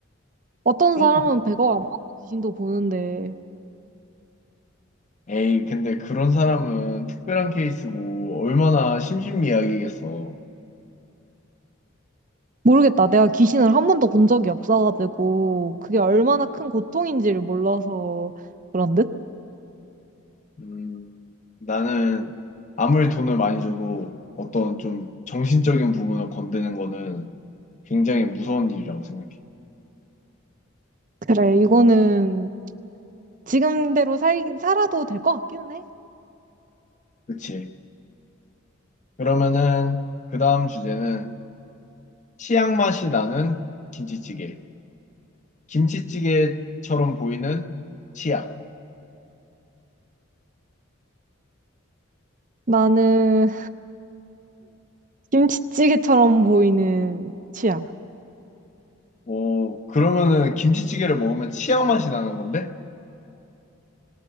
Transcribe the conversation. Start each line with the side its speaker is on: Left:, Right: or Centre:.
Right: 어떤
Left: 그럼
Right: 사람은 100억 안 받고 귀신도 보는데,
Left: 에이, 근데 그런 사람은 특별한 케이스고 얼마나 심신미약이겠어.
Right: 모르겠다. 내가 귀신을 한 번도 본 적이 없어가지고, 그게 얼마나 큰 고통인지를 몰라서 그런 듯?
Left: 음, 나는 아무리 돈을 많이 줘도 어떤 좀 정신적인 부분을 건드는 거는 굉장히 무서운 일이라고 생각해.
Right: 그래, 이거는 지금대로 살, 살아도 될 것 같기는 해.
Left: 그치? 그러면은 그 다음 주제는 치약 맛이 나는 김치찌개. 김치찌개처럼 보이는 치약.
Right: 나는 김치찌개처럼 보이는 치약.
Left: 오, 그러면은 김치찌개를 먹으면 치약 맛이 나는 건데?